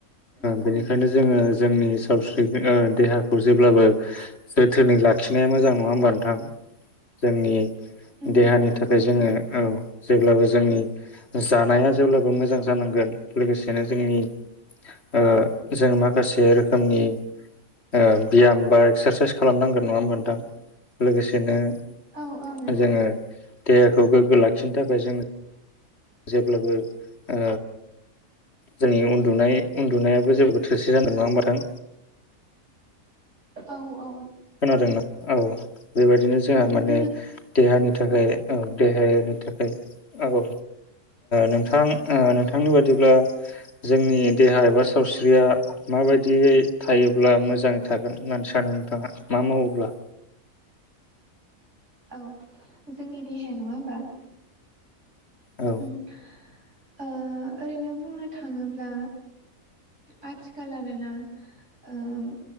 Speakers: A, on the right (about 60°); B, on the left (about 50°).
A: नंगौ
B: बेनिखायनो जोङो जोंनि सावस्रि ओ देहाखौ जेब्लाबो जोथोनै लाखिनाया मोजां नङा होमबा नोंथां जोंनि
A: उम
B: देहानि
A: उम नंगौ
B: थाखाय जोङो औ जेब्लाबो जोंनि जानाया जेब्लाबो मोजां जा नांगोन लोगोसेनो जोंनि ओ जों माखासे रोखोमनि ओ बियाम बा एक्सारसाइस खालामनांगोन नङा होमबा नोंथां? लोगोसे बिदिनो
A: औ औ नंगौ
B: जोङो देहाखौ गोग्गो लाखिनो थाखाय जों जेब्लाबो ओ जोंनि उन्दुनाय उन्दुनायाबो <unintelligible> नङा होमबा नोंथां
A: औ औ
B: खोनादोंना औ बेबायदिनो जोंहा
A: नंगौ
B: माने देहानि थाखाय औ देहाया थाखाय औ ओ नोंथां ओ नोंथांनि बादिब्ला जोंनि देहा एबा सावस्रिया माबायदियै थायोब्ला मोजाङै थागोन होननानै सानो नोंथाङा मा मावोब्ला ।
A: औ जोंनि देहाया नङा होमबा
B: औ
A: <unintelligible> ओ ओरैनो बुंनो थाङोब्ला आथिखाल आरोना ओम